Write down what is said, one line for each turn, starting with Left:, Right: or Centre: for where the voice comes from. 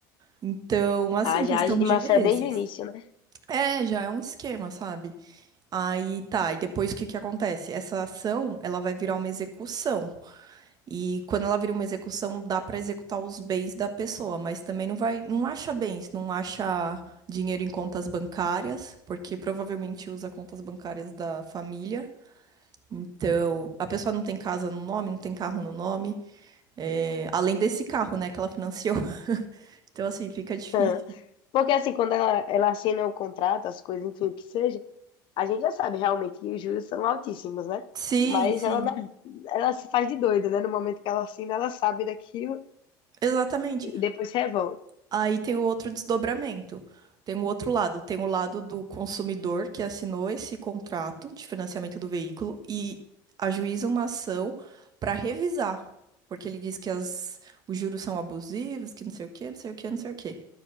Right: Então, assim,
Left: A já
Right: questão
Left: age de
Right: de
Left: má
Right: meses.
Left: fé desde o início, né?
Right: É, já é um esquema, sabe? Aí tá, e depois o que que acontece? Essa ação, ela vai virar uma execução. E quando ela vira uma execução, dá pra executar os bens da pessoa, mas também não vai, não acha bens, não acha dinheiro em contas bancárias, porque provavelmente usa contas bancárias da família. Então, a pessoa não tem casa no nome, não tem carro no nome, é, além desse carro, né, que ela financiou. <laughs> Então, assim, fica difícil.
Left: <laughs> Porque assim, quando ela, ela assina o contrato, as coisas, enfim, o que seja, a gente já sabe realmente que os juros são altíssimos, né?
Right: Sim,
Left: Mas
Right: sim,
Left: ela, não- é, ela se faz de doida, né? No momento que ela assina, ela sabe daquilo
Right: exatamente.
Left: e depois se revolta.
Right: Aí tem o outro desdobramento. Tem o outro lado. Tem o lado do consumidor que assinou esse contrato de financiamento do veículo e ajuiza uma ação para revisar. Porque ele diz que as- os juros são abusivos, que não sei o quê, não sei o quê, não sei o quê.